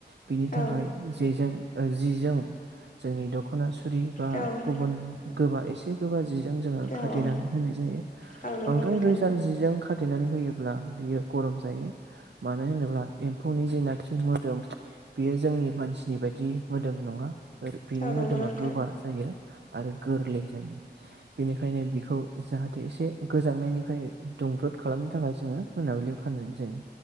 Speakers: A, on the right (about 90°); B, on the left (about 50°).
A: बिनि थाखाय
B: औ
A: जेजों ओ जिजों जोंनि दखना सुरि बा
B: जोंनि
A: गुबुन गोबा एसे गोबा जिजों जोङो खाथेनानै
B: नै रोजा जिजों
A: होनाय जायो
B: खाथेनानै होयोब्ला
A: बांद्राय
B: बियो
A: रोजा जिजों गाथे खाथेनानै होयोब्ला बियो गरम जायो मानो होनोब्ला एम्फौनि जिनाखि जि मोदोम बेयो जोंनि मानसिनि बायदि मोदोम नङा ओ बिनि
B: होनानै
A: मोदोमा
B: दोननाय
A: गोबा जायो आरो गोरलै जायो बेनिखायनो बिखौ जाहाथे एसे गोजांनायनिफ्राय दुंब्रुद खालामनो थाखाय जोङो मोनाबिलिआव खानाय जायो